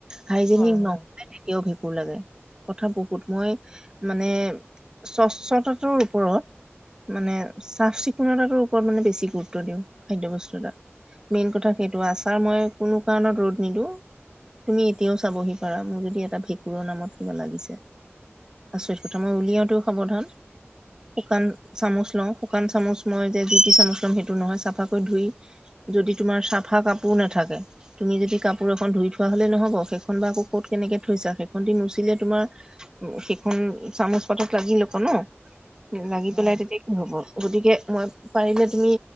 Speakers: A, on the right; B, on the left.
A: হাইজেনিক
B: হয়
A: ন
B: হয়
A: <unintelligible> ভুল লাগে কথা বহুত মই মানে স্বচ্ছতাটোৰ ওপৰত মানে চাফ চিকুণতাৰ ওপৰত মানে বেছি গুৰুত্ব দিওঁ, খাদ্য বস্তু এটাত। মেইন কথা সেইটো আছাৰ মই কোনো কাৰণত ৰ'দ নিদিওঁ। তুমি এতিয়াও চাবহি পাৰা মোৰ যদি এটা ভেঁকুৰৰ নামত কিবা লাগিছে। আচৰিত কথা মই উলিয়াওটো সাৱধান শুকান চামুচ লওঁ, শুকান চামুচ মই যে যি টি চামুচ লম সেইটো নহয় চাফাকৈ ধুই যদি তোমাৰ চাফা কাপোৰ নাথাকে, তুমি যদি কাপোৰ এখন ধুই থোৱা হলে নহব, সেইখন বা আকৌ ক'ত কেনেকে থৈ যাক সেইখন দি মুচিলে তোমাৰ সেইখন চামুচ পাতত লাগি ল'ব ন। লাগি
B: হয়
A: পেলাই তেতিয়া কি হ'ব, গতিকে মই পাৰিলে তুমি